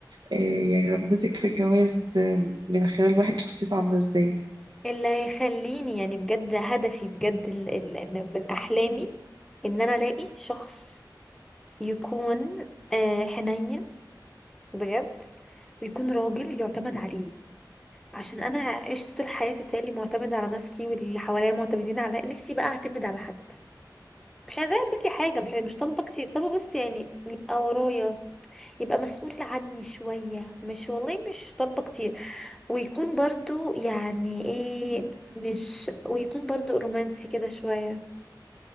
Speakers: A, on the right; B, in the centre.
A: آه، يعني رغبتك في الجواز آه، من خلال واحد شخصيته عاملة ازاي
B: اللي هيخليني يعني بجد هدفي بجد ال- ال- إن- من أحلامي إن أنا ألاقي شخص يكون آه، حنين بجد ويكون راجل يعتمد عليه عشان أنا عشت طول حياتي بتهيألي معتمدة على نفسي واللي حواليا معتمدين على نفسي بقى أعتمد على حد مش عايزاه يعمل لي حاجة مش مش طالبة كتير طالبة بس يعني يبقى ورايا يبقى مسؤول عني شوية مش والله مش طالبة كتير ويكون برضو يعني ايه مش ويكون برضو رومانسي كده شوية